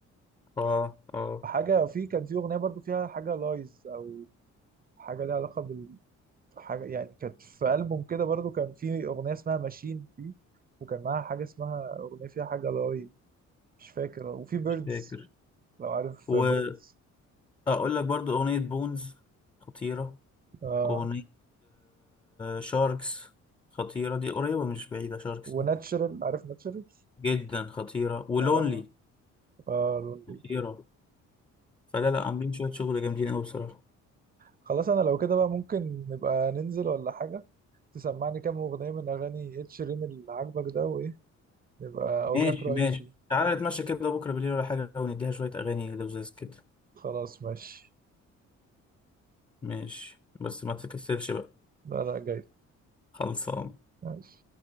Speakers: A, on the left; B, on the right.
A: اه اه
B: حاجه في كان في اغنيه برضو فيها حاجه لايز او حاجه ليها علاقه بالحاجه يعني كانت في البوم كده برضو كان في اغنيه اسمها ماشين فيه وكان معاها حاجه اسمها اغنيه فيها حاجه لاي مش فاكر وفي بيردز
A: مش فاكر
B: لو عارف
A: وأقول
B: بيردز
A: لك برضو أغنية بونز خطيرة
B: آه
A: أغنية شاركس خطيرة دي قريبة مش بعيدة شاركس
B: وناتشرال
A: دي
B: عارف ناتشرال
A: جدا خطيرة ولونلي
B: آه آه لوندي
A: خطيرة فلا لا عاملين شوية شغل جامدين أوي بصراحة
B: خلاص انا لو كده بقى ممكن نبقى ننزل ولا حاجة تسمعني كام أغنية من أغاني إد شيرين اللي عاجبك ده وإيه نبقى أقول
A: ماشي
B: لك رأيي
A: ماشي
B: فيه
A: تعالى نتمشى كده بكرة بالليل ولا حاجة ونديها شوية أغاني لذيذ كده
B: خلاص ماشي
A: ماشي بس ما تكسلش بقى
B: لا لا جاي
A: خلصان
B: ماشي